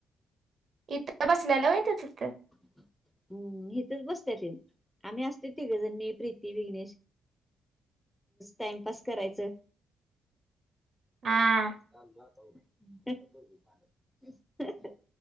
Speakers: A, on the right; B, in the centre.
A: इथं बसल्याल होेय तो तिथं?
B: हम्म हितचं बसल्या ति आम्ही आसतोय तिघजण मी प्रीती विघ्नेश टाइमपास करायचं.
A: हा
B: काल रात